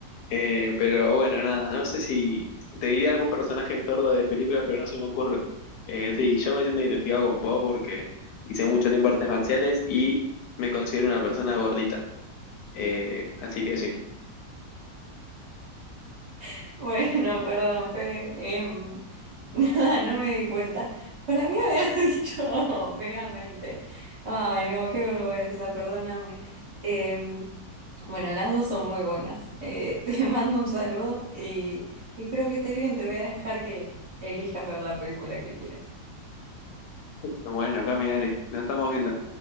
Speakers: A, on the left; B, on the right.
A: Eh, pero bueno, nada, no sé si te diría algún personaje sordo de película, pero no se me ocurre. Eh, sí, yo me siento identificado con Po porque hice mucho tiempo artes marciales y me considero una persona gordita. Eh, así que sí.
B: <laughs> Bueno, perdón, Fe. em, <laughs> nada, no me di cuenta. Para mí había <laughs> dicho megamente. Ay, no, qué vergüenza, perdóname. Em, bueno, las dos son muy buenas. Eh, <laughs> te mando un saludo y, y espero que estés bien. Te voy a dejar que elijas ver la película que quieras.
A: Bueno, acá me dale, nos estamos viendo.